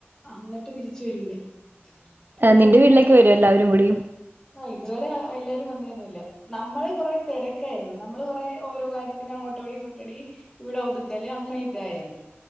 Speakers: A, on the left; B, on the right.
A: അങ്ങട്ട് തിരിച്ച് വരൂല പിന്നെ
B: നിന്റെ
A: എന്തെങ്കിലൊക്കെ
B: വീട്ടിലേക്ക് വരും
A: പറഞ്
B: എല്ലാവരും കൂടി
A: ആഹ് ഇതുവരെ എല്ലാവരും വന്നേന്നുല്ല നമ്മള് കൊറേ തെരക്കായിരുന്നു നമ്മള് കൊറേ ഓരോ കാര്യത്തിനു അങ്ങോട്ടോടി ഇങ്ങോട്ടോടി ഇവിടെ ഒതു കലേ അങ്ങനെയൊക്കെ ആയിരുന്നു